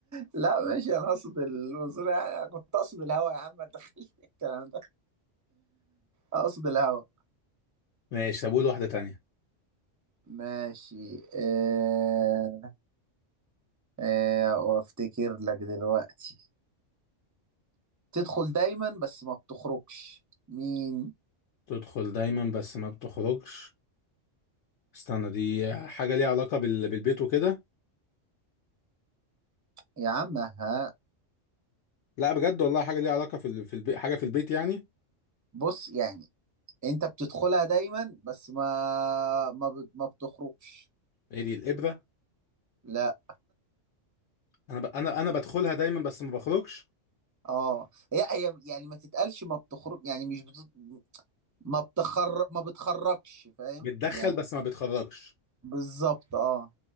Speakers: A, on the right; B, on the left.
A: لا ماشي انا اقصد المنظور يعني كنت اقصد الهوا يا عم ما تدخلش في <laughs> الكلام ده اقصد الهوا
B: ماشي طب قول واحدة تانية
A: ماشي آه... آه... وافتكر لك دلوقتي تدخل دايما بس ما بتخرجش مين
B: تدخل دايما بس ما بتخرجش استنى دي حاجة ليها علاقة بال... بالبيت وكده
A: يا عم ها
B: لا بجد والله حاجة ليها علاقة في ال... في البيت حاجة في البيت يعني
A: بص يعني انت بتدخلها دايما بس ما ما, بت... ما بتخرجش
B: ايه دي الإبرة
A: لا
B: انا ب... انا انا بدخلها دايما بس ما بخرجش
A: اه هي هي يعني ما تتقالش ما بتخرج يعني مش بت... ما بتخر ما بتخرجش فاهم
B: بتدخل
A: يعني
B: بس ما بتخرجش
A: بالظبط اه